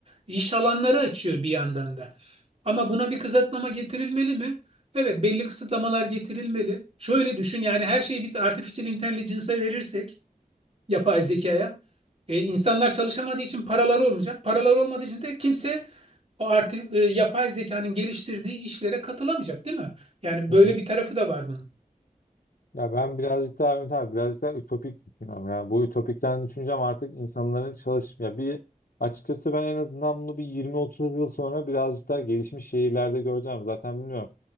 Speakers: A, on the right; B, on the left.
A: İş alanları açıyor bir yandan da. Ama buna bir kısıtlama getirilmeli mi? Evet, belli kısıtlamalar getirilmeli. Şöyle düşün yani her şeyi biz artificial intelligence'a verirsek yapay zekaya. E, insanlar çalışamadığı için paraları olmayacak. Paraları olmadığı için de kimse o artık yapay zekanın geliştirdiği işlere katılamayacak, değil mi? Yani
B: hı
A: böyle
B: hı.
A: bir tarafı da var bunun.
B: Ya ben birazcık daha Ümit abi birazcık daha ütopik düşünüyorum. Yani bu ütopikten düşüncem artık insanların çalışmaya bir açıkçası ben en azından bunu bir 20-30 yıl sonra birazcık daha gelişmiş şehirlerde göreceğim. Zaten bilmiyorum.